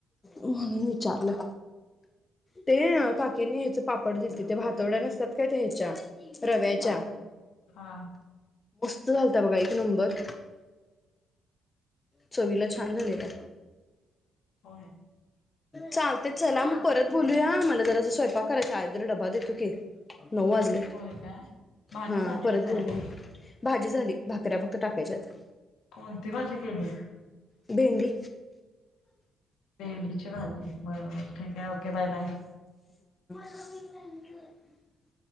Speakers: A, on the left; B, on the left.
A: मण विचारलं ते काकींनी ह्याच पापड देतली ते भातोड्या नसतात काय ते ह्याच्या रव्याच्या
B: अस हा
A: घलत बघा एक नंबर चवीला छान झालेल्या
B: हो
A: चालतेच चला मग परत बोलूया मला जरा अस स्वयंपा करायचा आहेयदर डबा देतो की नऊ वाजले
B: होय काय भाजी
A: हा
B: झाली
A: परत
B: का तयार
A: बोलले भाजी झाली भाकऱ्या फक्त टाकायच्यात
B: कोणती भाजी केली
A: भिंडी
B: भेंडीची भाजी बरोबर ठीक आहे ओके बाय बाय
A: ह